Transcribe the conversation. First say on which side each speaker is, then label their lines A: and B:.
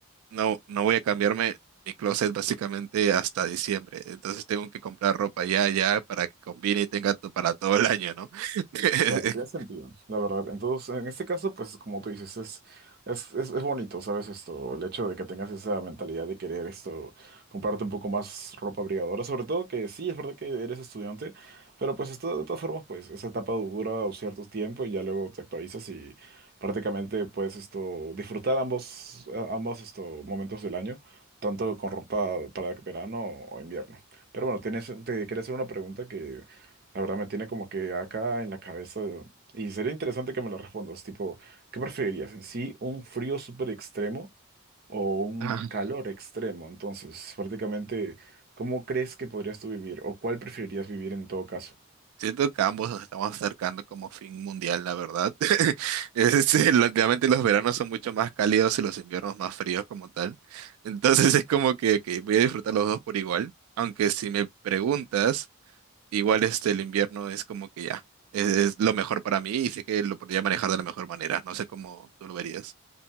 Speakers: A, on the right; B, on the right.
A: no, no voy a cambiarme mi closet básicamente hasta diciembre, entonces tengo que comprar ropa ya, ya, para que combine y tenga to- para todo el año, ¿no? <laughs>
B: Claro, tiene sentido, la verdad. Entonces, en este caso, pues como tú dices, es, es, es, es bonito, ¿sabes? Esto, el hecho de que tengas esa mentalidad de querer esto, comprarte un poco más ropa abrigadora, sobre todo que sí, es verdad que eres estudiante, pero pues esto, de todas formas, pues esa etapa dura un cierto tiempo y ya luego te actualizas y prácticamente puedes esto, disfrutar ambos, a- ambos esto, momentos del año, tanto con ropa para verano o invierno. Pero bueno, tienes, te quería hacer una pregunta que la verdad me tiene como que acá en la cabeza de- y sería interesante que me lo respondas, tipo, ¿qué preferirías? ¿En sí un frío súper extremo o un
A: Ujú.
B: calor extremo? Entonces, prácticamente, ¿cómo crees que podrías tú vivir o cuál preferirías vivir en todo caso?
A: Siento que ambos nos estamos acercando como fin mundial, la verdad. <laughs> Es, eh, relativamente los veranos son mucho más cálidos y los inviernos más fríos como tal. Entonces <laughs> es como que, que voy a disfrutar los dos por igual. Aunque si me preguntas, igual este, el invierno es como que ya, es, es lo mejor para mí y sé que lo podría manejar de la mejor manera. No sé cómo tú lo verías.